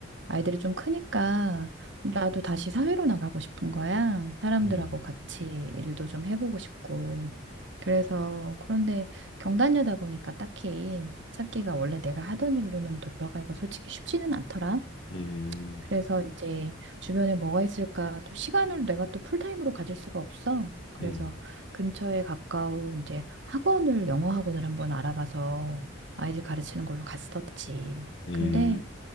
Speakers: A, on the right (about 60°); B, on the left (about 65°).
A: 아이들이 좀 크니까 나도 다시 사회로 나가고 싶은 거야. 사람들하고
B: 음,
A: 같이 일도 좀 해보고 싶고. 그래서 그런데 경단녀다 보니까 딱히 찾기가 원래 내가 하던 일로는 돌아가기가 솔직히 쉽지는 않더라.
B: 음,
A: 그래서 이제 주변에 뭐가 있을까? 또 시간을 내가 또 풀타임으로 가질 수가 없어. 그래서
B: 음,
A: 근처에 가까운 이제 학원을 영어 학원을 한번 알아봐서 아이들 가르치는 걸로 갔었지.
B: 음.
A: 근데